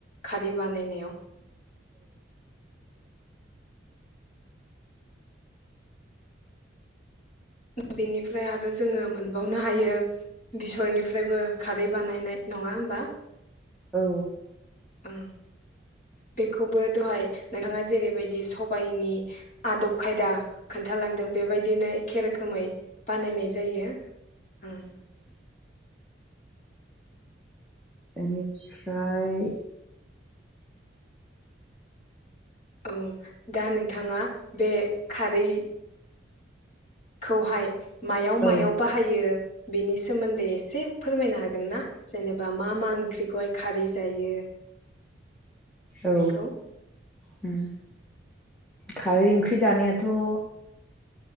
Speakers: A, on the left; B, in the centre.
A: खारै बानायनायाव बेनिफ्राय आरो जोंङो मोनबावनो हायो बेसरनिफ्रायबो खारै बानायनाय नङा होमबा?
B: औ
A: ओं बेखौबो दहाय नोंथाङा जेरैबायदि सबायाइनि आदब खायदा खोन्थालांदों बेबायदिनो एखे रोखोमै बानायनाय जायो ओं
B: इनिफ्राय
A: औ दा नोंथाङा बे खारै खौहाय मायाव मायाव
B: औ
A: बाहायो बिनि सोमोन्दै एसे फोरमायनो हागोन ना जेनेबा मा मा ओंख्रिखौहाय खारै जायो
B: औ
A: बेखौ
B: उम खारै ओंख्रि जानायाथ' ओ